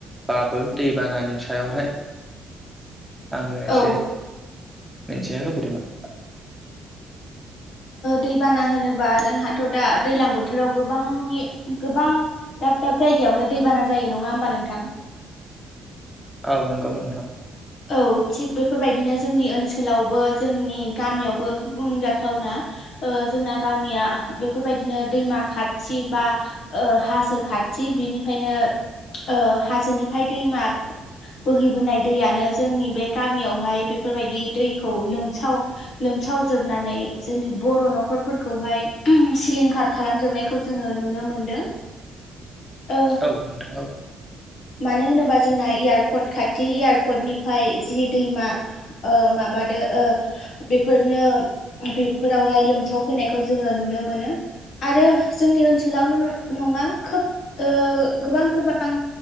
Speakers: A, in the centre; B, on the left.
A: बाबो दैबानानि सायावहाय। आङो एसे
B: औ
A: मिथिनो लुबैदोमोन
B: दै बाना होनोबा जोंहाथ' दा दैलां बोथोराव गोबांनि गोबां दाब-दाब जायगा यावनो दैबाना जायो नङा होमबा नोंथां
A: औ नोंगौ नोंथां।
B: औ थिग बेफोरबायदिनो जोंनि ओनसोलावबो जोंनि गामियावबो बुंजाथावना। ओ जोंना गामिया बेफोरबायदिनो दैमा खाथि बा हाजो खा थि बिनिफ्रायनो ओ हाजोनिफ्राय दैमा बोहैबोनाय दैयानो जोंनि बे गामियावहाय बेफोरबायदि दैखौ लोमसाव-लोमसावजोबनानै जोंनि बर' न'खरफोरखौहाय ओम सिलिंखार खालामजोबनायखौ जोङो नुनो मोनदों।
A: <inaudible>
B: ओ
A: औ नोंथां औ।
B: मानो होनोबा जोंना एयारपर्ट खाथि एयारपर्टनि फाय जि दैमा माबादो बेफोरनो बेफोरावहाय लोमसाव फैनायखौ जोङो नुनो मोन नो आरो जोंनि ओनसोलावनो नङा खोब ओ गोबां-गोबां